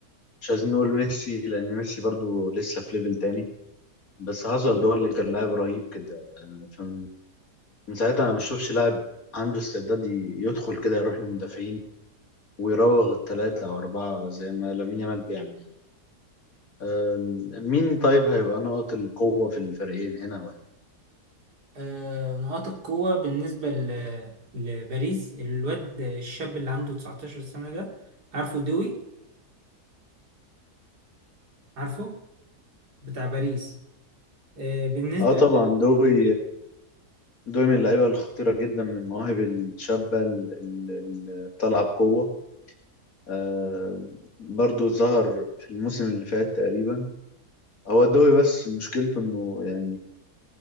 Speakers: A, on the left (about 60°); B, on the right (about 75°).
A: مش عايزين نقول ميسي لان ميسي برضو لسه في ليفل تاني بس هازارد هو اللي كان لاعب رهيب كده فمن من ساعتها انا ما بشوفش لاعب عنده استعداد ي- يدخل كده يروح للمدافعين ويراوغ الثلاثة او اربعة زي ما لامين يامال بيعمل أم، مين طيب هيبقى نقط القوة في الفريقين هنا وهنا؟
B: آه، نقاط القوة بالنسبة ل- لباريس الواد الشاب اللي عنده 19 سنة ده عارفه دوي عارفه بتاع باريس آه، بالنسبة
A: اه
B: ل...
A: طبعا دوي دوي من اللعيبة الخطيرة جدا من المواهب الشابة ال- ال- اللي طالعة بقوة آه برضو ظهر في الموسم اللي فات تقريبا هو الدوري بس مشكلته انه يعني